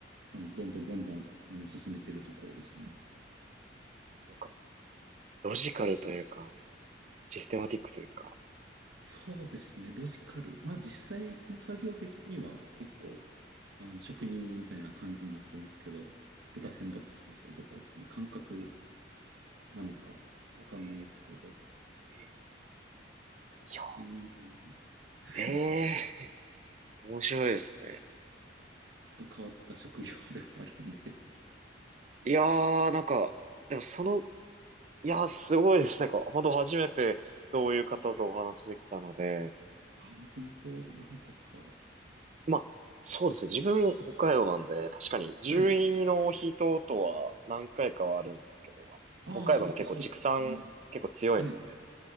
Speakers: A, on the right (about 70°); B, on the right (about 40°).
A: あの、どんどんどんどん、あの、進めているところですね。
B: なんか、ロジカルというか、システマティックというか、
A: そうですね、ロジカル。まあ、実際の作業的には結構、あの、職人みたいな感じになってますけど、豚選抜する人とかですね、
B: うん、
A: 感覚
B: ええ、
A: なのか、わかんないですけど、
B: ええ、ええいや
A: 友人 <laughs>
B: ええー面白いですね。
A: ちょっと変わった職業ではあるんで、
B: いやー、なんか、でもその、いやー、すごいです。なんか、本当初めてそういう方とお話できたので、
A: あ、本当、なんとか。
B: まあ、そうですね。自分、北海道なんで、確かに、獣医の人とは何回かはあるんですけど、
A: はい。
B: あの北海道も結構畜産、
A: ああ、そうか、そうですね。
B: 結構強いので、
A: はい。